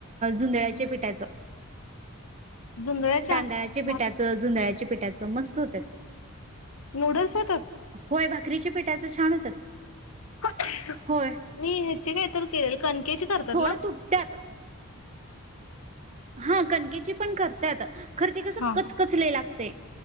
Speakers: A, on the right; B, on the left.
A: जुंदळ्याच्या पिठाच.
B: जुंधळ्याच्या
A: तांदळाच्या पिठाचं,
B: भाक
A: जुंदळाच्या पिठाचं. त्या मस्त होत्यात.
B: नूडल्स होतात.
A: होय, भाकरीच्या पिठाचं छान होतात.
B: आच्छी!
A: होय.
B: मी हे <unintelligible> केले कणकेची करतात
A: थोडं
B: ना?
A: तुटत्यात हा कणकेची पण करता येतात. खर ते कसं
B: हा
A: कचकच लय लागत. ते